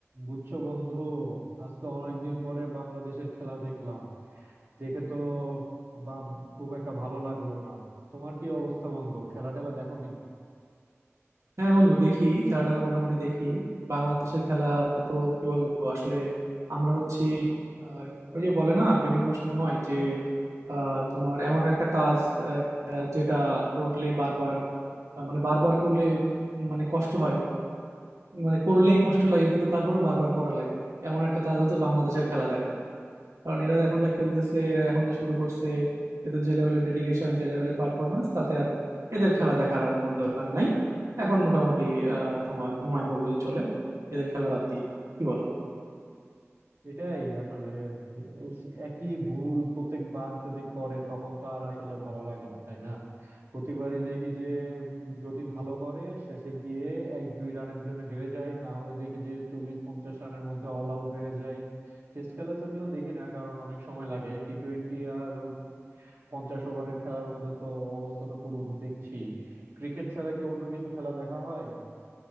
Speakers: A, on the right; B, on the right.
A: বুঝছো বন্ধু আজকে অনেকদিন পরে বাংলাদেশের খেলা দেখলাম দেখে তো বা- খুব একটা ভালো লাগলো না তোমার কি অবস্থা বন্ধু খেলা টেলা দেখো কিনা
B: হ্যাঁ বন্ধু দেখি খেলা টেলা মোটামুটি দেখি বাংলাদেশের খেলা তো কি বলবো আসলে আমরা হচ্ছি আহ, ওই যে বলে না বিভিন্ন সময় যে আহ, তোমার এমন একটা কাজ আহ, আহ, যেটা করলে বারবার আহ, মানে বারবার করলে মানে কষ্ট হয় মানে করলেই কষ্ট লাগে কিন্তু তারপরেও বারবার করা লাগে এমন একটা কাজ হচ্ছে বাংলাদেশের খেলা দেখা কারণ এরা এখন যা খেলতেছে এরা এখন যা শুরু করছে এদের যে লেভেলের ডেডিকেশন যে লেভেলের পারফরমেন্স তাতে আর এদের খেলা দেখার আর কোনো দরকার নাই এখন মোটামুটি আহ, তোমার ঘুমায় পড়লেই চলে এদের খেলা বাদ দিয়ে কি বলো
A: এটাই আসলে এই একই ভুল প্রত্যেকবার যদি করে তখন তো আর আসলে ভালো লাগে না তাই না প্রতিবারই দেখি যে উম, যদি ভালো করে শেষে গিয়ে এক দুই রানের জন্য হেরে যায় না হলে দেখি যে চল্লিশ পঞ্চাশ রানের মধ্যে অল আউট হয়ে যায় টেস্ট খেলা যদিও দেখি না কারণ অনেক সময় লাগে টি টোয়েন্টি আর উম, পঞ্চাশ ওভারের খেলার মধ্যে তো অবস্থা তো করুন দেখছি ক্রিকেট ছাড়া কি অন্য কিছু খেলা দেখা হয়